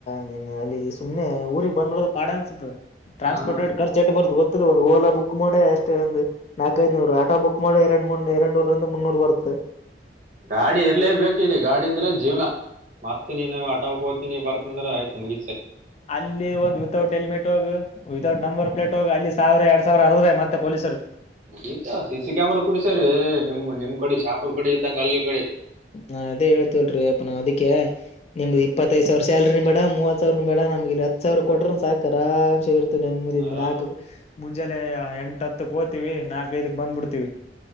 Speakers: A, on the left (about 35°); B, on the right (about 45°).
A: ನಿ ಅಲ್ಲಿ ಸುಮ್ನೆ ಊರಿಗೆ ಬಂದರೂ ಪಾಡ ಅನ್ಸತದ ಟ್ರಾನ್ಸ್ಪೋರ್ಟರ್
B: ಹಾ
A: ರ ಎಟ ಖರ್ಚು ಬರತದ ಗೊತ್ತೇಲ್ಲ ಒಂದು ಹೊಗ ಬುಕ್ ಮಾಡಿ ಅಷ್ಟ ಒಂದು ನಾಲ್ಕೈದುನೂರು ಆಟೋ ಬುಕ್ ಮಾಡ ಎರಡ್ ಮೂರ್ ಎರಡ್ ನೂರಂದ ಮುನ್ನೂರ್ ಬರುತ್ತೆ
B: ಗಾಡಿ ಇರ್ಲೇ ಬೇಕಿಲ್ಲಿ ಗಾಡಿ ಇದ್ರೆ ಜೀವನಾ ಮತ್ತ ನೀ ಆಟೋ ಹೋಗತಿನಿ ಬರ್ತನ ಅವ್ ಆಯ್ತ ಮುಗ
A: ಅಲ್ಲಿ ಒಂದು ವಿತೌಟ್ ಹೆಲ್ಮೆಟ್ ಹೋಗ ವಿತೌಟ್ ನಂಬರ್ ಪ್ಲೇಟ್ ಹೋಗಿ ಅಲ್ಲಿ ಸಾವಿರ ಎರಡ್ ಸಾವಿರ ಅರ್ದ್ರೆ ಮತ್ತೆ ಪೊಲೀಸ್ರು
B: ಮುಗೀತಾ ಸಿ ಸಿ ಕ್ಯಾಮರಾ ಕುೂಡಸಾರ್ರಿ ನಿಮ್ ನಿಮ್ ಕಡೆ ಶಾಪುರ್ ಕಡೆ ಇದ್ದಂಗ ಅಲ್ಲಿ ಇಕಡೆ
A: ನಾ ಅದೇ ಎಳ್ತಿಲ್ರಿ ಅಪ್ಪ ನಾ ಅದಿಕೇ ನಿಮ್ದು ಇಪ್ಪತ್ತೈದು ಸಾವಿರ ಸ್ಯಾಲ್ರಿ ಬೇಡ ಮೂವತ ಸಾವಿರ ಬೇಡಾ ನಮಗ ಇಲ್ಲಿ ಹತ್ತು ಸಾವಿರ ಕೊಡ್ರ ಸಾಕು ಆರಾಸೆ ನೆಮ್ಮದಿಂದ
B: ಆರಾಮ್
A: ನಾಲ್ಕ ಮುಂಜೆ ಎಂಟ ಹತ್ತ ಹೋತೀವಿ ನಾಕೈಐದಕ್ ಬಂದ್ಬಿಡ್ತೀವಿ